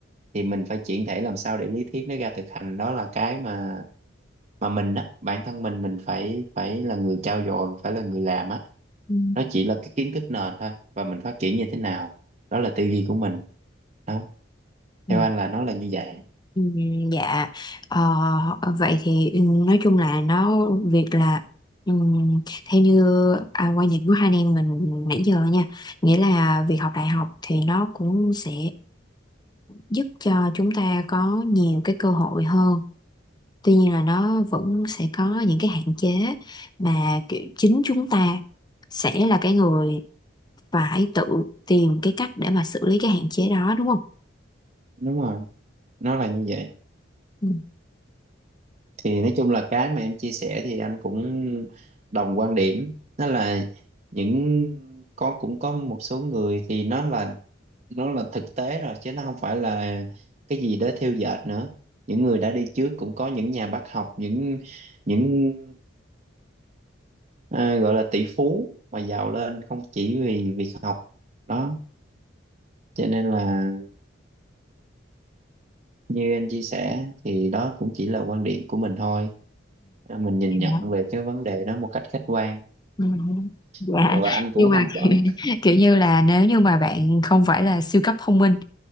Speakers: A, on the right (about 35°); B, on the left (about 25°).
A: thì mình phải chuyển thể làm sao để lý thuyết nó ra thực hành đó là cái mà mà mình á bản thân mình mình phải phải là người trau dồi phải là người làm á
B: Ừ.
A: nó chỉ là cái kiến thức nền thôi và mình phát triển như thế nào đó là tư duy của mình đó
B: Ừ.
A: theo anh là nó là như vậy
B: Ừ, dạ Ờ, vậy thì ừ, nói chung là nó việc là ừm, theo như à, quan điểm của hai anh em mình nãy giờ nha nghĩa là việc học đại học thì nó cũng sẽ giúp cho chúng ta có nhiều cái cơ hội hơn tuy nhiên là nó vẫn sẽ có những cái hạn chế mà kiểu chính chúng ta sẽ là cái người phải tự tìm cái cách để mà xử lý cái hạn chế đó đúng không
A: đúng rồi nó là như vậy
B: Ừ.
A: thì nói chung là cái mà em chia sẻ thì anh cũng đồng quan điểm đó là những có cũng có một số người thì nó là nó là thực tế rồi chứ nó không phải là cái gì đó thêu dệt nữa những người đã đi trước cũng có những nhà bác học những những à, gọi là tỷ phú mà giàu lên không chỉ vì việc học đó cho nên là như anh chia sẻ thì đó cũng chỉ là quan điểm của mình thôi mình nhìn nhận
B: Ừ.
A: về cái vấn đề đó một cách khách quan
B: Ừ, Dạ,
A: Ờ, và anh
B: nhưng
A: cũng
B: mà
A: không
B: <laughs>
A: có
B: kiểu, kiểu như là nếu như mà bạn không phải là siêu cấp thông minh